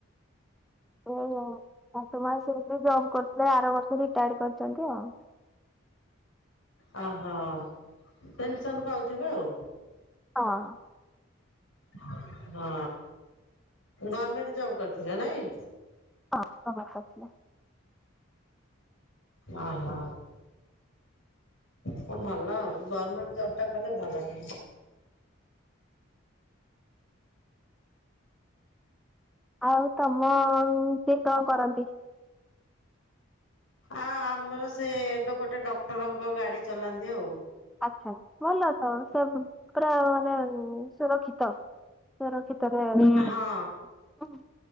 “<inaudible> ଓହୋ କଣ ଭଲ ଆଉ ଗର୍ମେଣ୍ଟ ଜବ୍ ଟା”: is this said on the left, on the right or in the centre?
Left